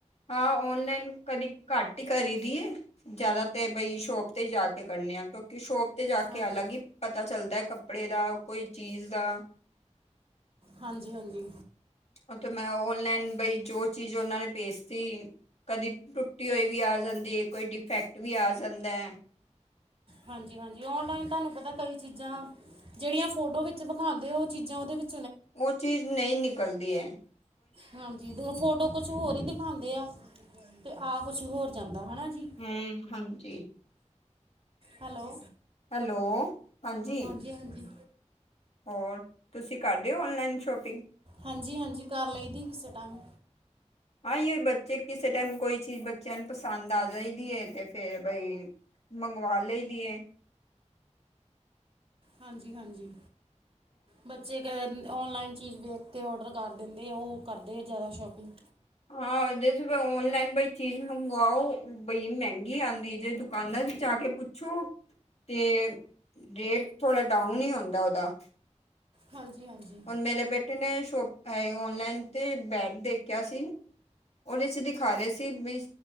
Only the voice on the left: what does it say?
ਹਾਂ, ਔਨਲਾਈਨ ਕਦੀ ਘੱਟ ਈ ਕਰੀ ਦੀ ਏ। ਜਾਦਾ ਤੇ ਬਈ ਸ਼ੋਪ ਤੇ ਈ ਜਾ ਕੇ ਕਰਨੇ ਆ, ਕਿਉਂਕਿ ਸ਼ੋਪ ਤੇ ਜਾ
ਕੇ ਅਲੱਗ ਈ ਪਤਾ ਚੱਲਦਾ ਕੱਪੜੇ ਦਾ, ਕੋਈ ਚੀਜ਼ ਦਾ।
ਔ ਤੇ ਮੈਂ ਔਨਲਾਈਨ ਬਈ ਜੋ ਚੀਜ਼ ਓਨਾਂ ਨੇ ਭੇਜਤੀ ਕਦੀ ਟੁੱਟੀ ਹੋਈ ਵੀ ਆ ਜਾਂਦੀ ਕੋਈ ਡਿਫੈਕਟ ਵੀ ਆ ਜਾਂਦਾ।
ਔ ਚੀਜ਼ ਨਈ ਨਿਕਲਦੀ ਏ।
ਹਮ ਹਾਂਜੀ
ਹੈਲੋ ਹਾਂਜੀ।
ਹੋਰ ਤੁਸੀਂ ਕਰਦੇ ਓ ਔਨਲਾਈਨ ਸ਼ੋਪਿੰਗ?
ਹਾਂ ਜ ਬੱਚੇ ਕਿਸੇ ਟਾਈਮ ਕੋਈ ਚੀਜ਼ ਬੱਚਿਆਂ ਨੂੰ ਪਸੰਦ ਆ ਜਾਈਦੀ ਹੈ ਤੇ ਫੇਰ ਬਈ ਮੰਗਵਾ ਲਈ ਦੀ ਏ।
ਹਾਂ ਜੈਸੇ ਭੀ ਔਨਲਾਈਨ ਕੋਈ ਚੀਜ਼ ਮੰਗਵਾਓ ਬਈ ਮੈਂਗੀ ਆਂਦੀ ਏ ਜੇ ਦੁਕਾਨਾਂ ਤੇ ਜਾ ਕੇ ਪੁੱਛੋ ਤੇ ਰੇਟ ਥੋੜਾ ਡਾਊਨ ਈ ਹੁੰਦਾ ਓਦਾ।
ਮੇਰੇ ਬੇਟੇ ਨੇ ਸ਼ੋਪ ਅ ਔਨਲਾਈਨ ਤੇ ਬੈਟ ਦੇਖਿਆ ਸੀ ਓਦੇ ਚ ਦਿਖਾ ਰੇ ਸੀ ਬੀ